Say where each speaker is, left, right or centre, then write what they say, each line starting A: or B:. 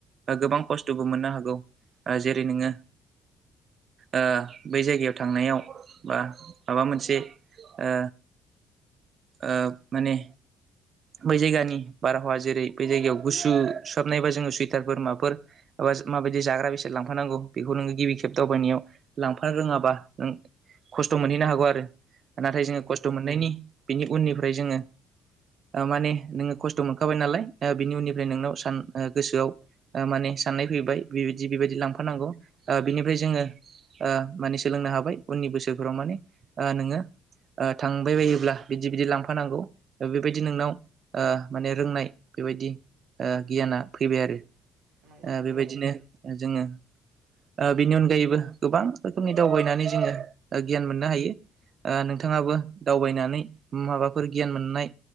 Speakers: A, on the right; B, on the right.
A: गोबां खस्थ'बो मोननो हागौ। ओ जेरै नोङो ओ बै जायगायाव थांनायाव बा माबा मोनसे ओ ओ माने बै जायगानि बारहावा जेरै बे जायगायाव गुसु सुहाबनाय बा जोङो सुइटारफोर माफोर ओज माबायदि जाग्रा बेसाद लांफानांगौ बेखौ नोङो गिबि खेब दावबायनायाव लांफा रोङाबा नों खस्थ' मोनहैनो हागौ आरो नाथाय
B: नंगौ नोंथां
A: जोङो
B: नंगौ नोंथां नंगौ
A: खस्थ' मोननायनि बेनि उननिफ्राय जोङो ओ माने नोङो खस्थ' मोनखाबाय नालाय बिनि उननिफ्राय नोंनाव सान गोसोआव माने साननाय फैबाय बिबायदि बेबायदि लांफानांगौ ओ बिनिफ्राय जोङो ओ माने सोलोंनो हाबाय उननि बोसोरफोराव माने ओ नोङो ओ थांबाय बायोब्ला बिदि बिदि लांफानांगौ बेबायदि नोंनाव ओ माने रोंनाय बेबायदि ओ गियाना फैबाय आरो।
B: नंगौ नोंथां
A: ओ बेबायदिनो
B: नंगौ
A: जोङो ओ बेनि अनगायैबो गोबां रोखोमनि दावबायनानै जोङो गियान मोननो हायो। ओ नोंथाङाबो दावबायनानै माबा फोर गियान मोननाय